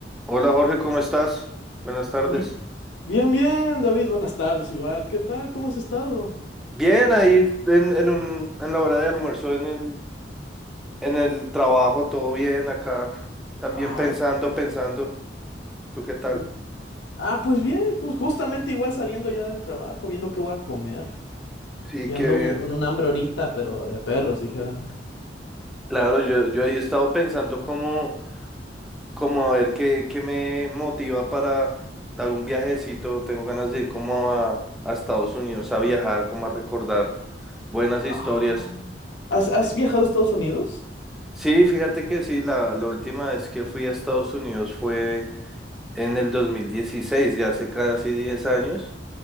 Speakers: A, in the centre; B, on the left (about 80°).
A: Hola Jorge, ¿cómo estás? Buenas tardes.
B: Bi- Bien, bien, David, buenas tardes, igual. ¿Qué tal? ¿Cómo has estado?
A: Bien, ahí en, en un, en la hora de almuerzo, en el, en el trabajo, todo bien acá. También
B: Ah,
A: pensando, pensando. ¿Tú qué tal?
B: qué- ah, pues bien, jus- justamente igual saliendo ya del trabajo, viendo qué voy a comer.
A: Sí,
B: Sí,
A: qué
B: ando
A: bien.
B: un- con un hambre ahorita, pero de perros, dijeron.
A: Claro, yo, yo he estado pensando cómo, cómo a ver qué, qué me motiva para dar un viajecito. Tengo ganas de ir como a, a Estados Unidos a viajar, como a recordar buenas historias.
B: Ah, ¿has, has
A: Sí,
B: viajado a Estados Unidos?
A: Sí, fíjate que sí, la, la última vez que fui a Estados Unidos fue en el 2016, ya hace casi 10 años.